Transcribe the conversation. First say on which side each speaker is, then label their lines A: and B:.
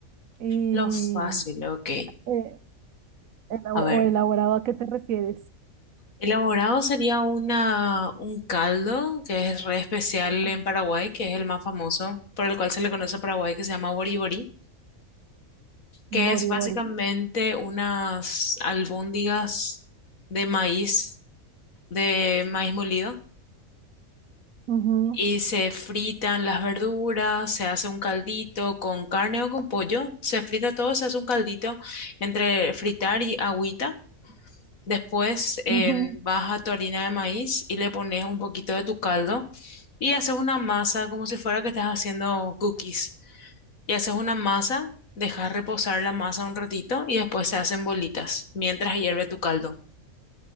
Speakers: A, on the right; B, on the left.
A: y
B: Lo fácil, ok.
A: eh, ela-
B: A
A: o
B: ver,
A: elaborado a qué te refieres.
B: elaborado sería una, un caldo que es re especial
A: Ujú.
B: en Paraguay, que es el más famoso, por el cual se le conoce a Paraguay, que se llama boriborí, que
A: Bori
B: es básicamente
A: bori.
B: unas albóndigas de maíz, de maíz molido
A: Ujú,
B: Y se fritan las verduras, se hace un caldito con carne o con pollo, se frita todo, se hace un caldito entre fritar y agüita. Después eh,
A: ujú.
B: vas a tu harina de maíz y le pones un poquito de tu caldo y haces una masa como si fuera que estás haciendo cookies. Y haces una masa, dejas reposar la masa un ratito y después se hacen bolitas mientras hierve tu caldo.